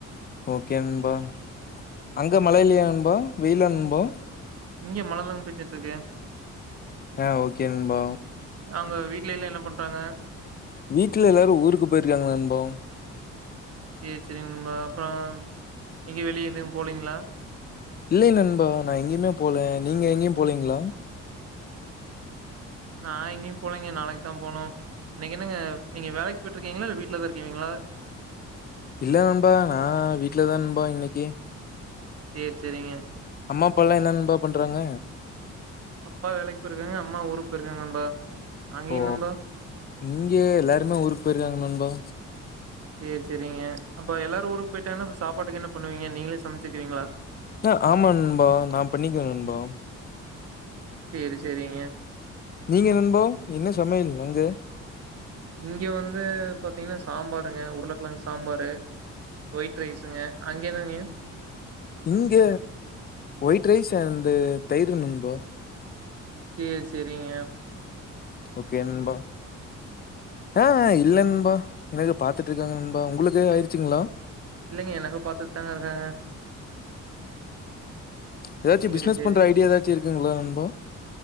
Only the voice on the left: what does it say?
ஓக்கே நண்பா அங்க மழயில்லையா நண்பா வெய்யிலா நண்பா
ஆ ஓக்கே நண்பா
வீட்ல எல்லாரு ஊருக்கு போயிருக்காங்க நண்பா
இல்லை நண்பா நா எங்கயுமே போல நீங்க எங்கயு போலீங்களா
இல்ல நண்பா நா வீட்ல தா நண்பா இன்னிக்கி
அம்மா அப்பல்லா என்ன நண்பா பண்றாங்க
ஓ
இங்க எல்லாருமே ஊருக்கு போயிருக்காங்க நண்பா
ஆ ஆம்மா நண்பா நா பண்ணிக்குவே நண்பா
நீங்க நண்பா என்ன சமயல் அங்க
இங்க ஒயிட் ரைஸ் அண்டு தயிரு நண்பா
ஓக்கே நண்பா ஆ அ இல்ல நண்பா எனக்கு பாத்துட்டு இருக்காங்க நண் பா உங்ளுக்கு ஆயிருச்சிங்ளா
ஏதாச்சு பிஸ்னஸ்
பண்ற ஐடியா ஏதாச்சு இருக்குங்ளா நண்பா